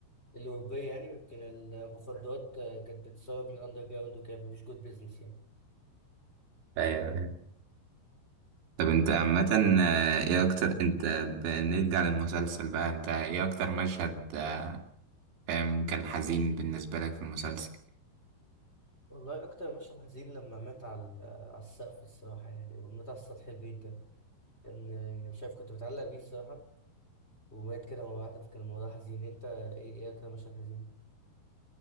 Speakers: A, on the left; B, on the right.
A: الأوروبية يعني لكن المخدرات آه، كانت بتسرب من الأندر جراوند وكده فمفيش جود بزنس يعني
B: ايوه أيوة. طب انت
A: طب
B: عامة آه، ايه اكتر انت بنرجع للمسلسل بقى انت ايه اكتر مشهد آه، فاهم كان حزين بالنسبة لك في المسلسل
A: والله أكتر مشهد حزين لما مات على على السقف الصراحة يعني لما مات على سطح البيت ده كان يعني مش عارف كنت متعلق بيه الصراحة ومات كده مرة واحدة فكان الموضوع حزين أنت إيه, إيه أكتر مشهد حزين؟